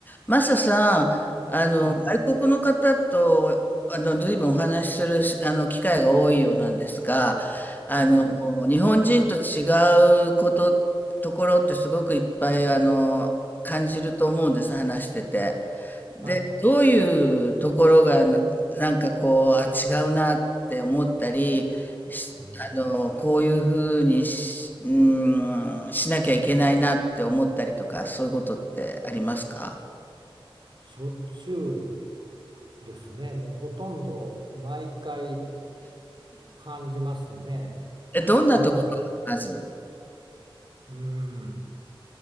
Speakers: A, on the left; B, on the right.
A: マサさん、あの、
B: はい、
A: 外国の方と、あの、随分お話しする、あの、機会が多いようなんですが、あの、
B: はい、
A: 日本人と違うこと、ところってすごくいっぱい、あの、感じると思うんです、話してて。で、
B: はい。
A: どういうところが、な、なんかこう、あ、違うなって思ったり、しあの、
B: うん、
A: こういうふうにし、うーん、しなきゃいけないなって思ったりとか、そういうことってありますか
B: しょっちゅうですね。もうほとんど毎回感じますね。
A: え、どんなところがまず。
B: もう、うん、